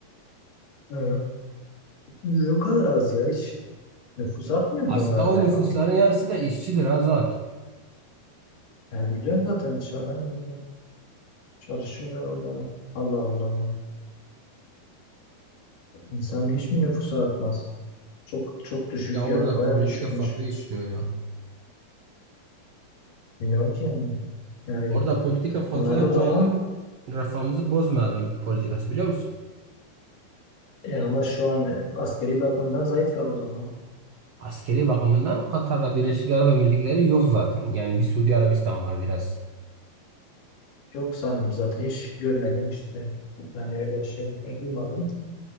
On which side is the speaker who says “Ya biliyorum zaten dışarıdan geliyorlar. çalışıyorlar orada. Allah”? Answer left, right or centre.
Left